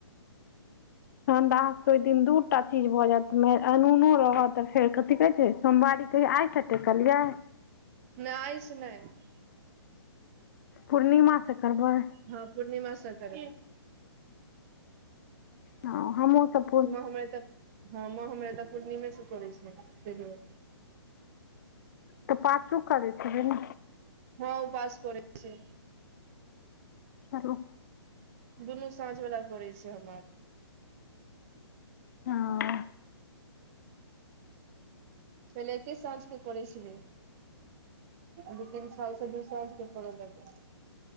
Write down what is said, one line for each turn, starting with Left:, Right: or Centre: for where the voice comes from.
Left: तेखैन त अहां सब के दूटा चीज भऽ जायत, अनूनो रहत फेर कथी कहै छै सोमवारी कहियो आइ कते केलियै।
Right: ने आई स नहि <unintelligible>
Left: पूर्णिमा के करबै।
Right: हँ पूर्णिमा से करबै।
Left: हँ हमहुं सब
Right: म हमर तऽ <unintelligible> हँ मा हमर एतऽ पूर्णिमे से करै छियै, ऐ बेर।
Left: तऽ पाछू करै छीहीन।
Right: हँ उपास करै छियै।
Left: हलो।
Right: दुनू साँझ वला करे छै हमरा आर।
Left: हां।
Right: पहिले एके संझके करै छलियै। दू तीन सालसँ दू सांझ के करऽ लगलियै।